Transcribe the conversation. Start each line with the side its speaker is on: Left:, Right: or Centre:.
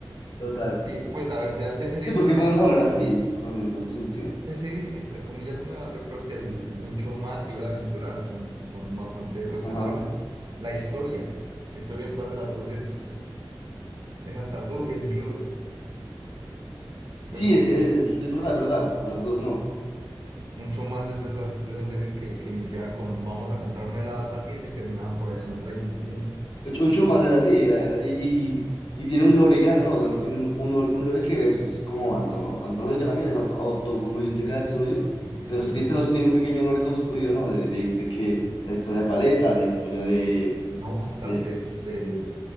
Left: Total.
Right: Sí, pues a ver, de, de series
Left: Sí, ¿por
Right: nuevas,
Left: qué ponerlos a hablar así? Realmente, no tiene sentido.
Right: de series entre comillas nuevas, yo creo que el, Un Show Más y Hora de Aventura son, son bastante rescatables.
Left: Ajá.
Right: La historia, la historia detrás de las dos es, es hasta turbia incluso.
Left: Sí,
Right: Yo creo que
Left: es,
Right: Un
Left: es- es- es verdad, es verdad. Las dos no.
Right: Mucho más es de esas, de esas series que, que iniciaba con vamos a comprar un helado a esta tienda y terminaban por allá en otra dimensión.
Left: El ch- Un chumas era así, era, era- y, y, y tiene un lore grande, ¿no? También tiene un, un, lore un lore que beso. Es como antolo, antológica también, es auto, autoconcluyente cada episodio.
Right: Concluyente.
Left: Pero sí, pero sí tiene un pequeño lore construido, ¿no? De, de, de que la historia de Paleta, la historia de,
Right: No, bastante,
Left: de,
Right: de hecho, de,